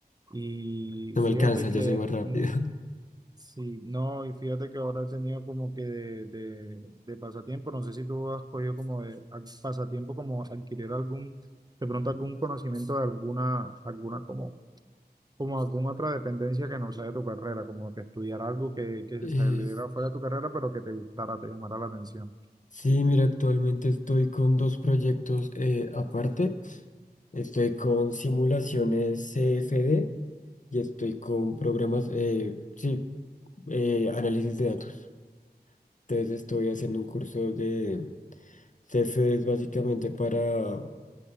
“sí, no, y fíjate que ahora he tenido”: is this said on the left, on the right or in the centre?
Right